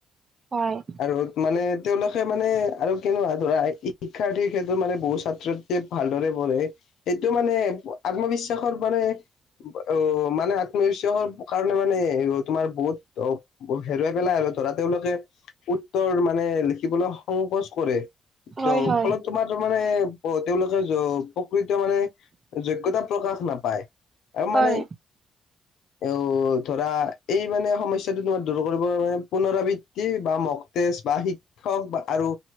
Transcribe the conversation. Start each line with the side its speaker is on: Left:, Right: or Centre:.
Right: হয়
Left: আৰু মানে তেওঁলোকে মানে আৰু কেনেকোৱা ধৰা শিক্ষাৰ্থীৰ ক্ষেত্ৰত মানে বহু ছাত্ৰ ছাত্ৰীয়ে ভালদৰে পঢ়ে সেইটো মানে আত্মবিশ্বাসৰ মানে অ মানে আত্মবিশ্বাসৰ কাৰণে মানে তোমাৰ বহুত অ হেৰুৱাই পেলাই আৰু ধৰা তেওঁলোকে উত্তৰ মানে লিখিবলৈ সংকোচ কৰে
Right: হয় হয়
Left: ফলত তোমাৰ মানে তেওঁলোকে প্ৰকৃত মানে যোগ্যতা প্ৰকাশ নাপায় আৰু
Right: হয়
Left: মানে অ ধৰা এই মানে সমস্যাটো তোমাৰ দূৰ কৰিব মানে পুনৰাবৃত্তি বা মক্তেছ বা শি ক্ষক আৰু